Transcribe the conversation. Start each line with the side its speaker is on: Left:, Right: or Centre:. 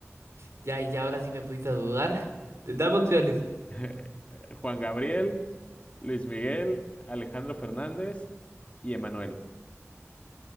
Right: Ya, ya ahora sí me pusiste a dudar. Dame opciones.
Left: <laughs> Juan Gabriel, Luis Miguel, Alejandro Fernández y Emanuel.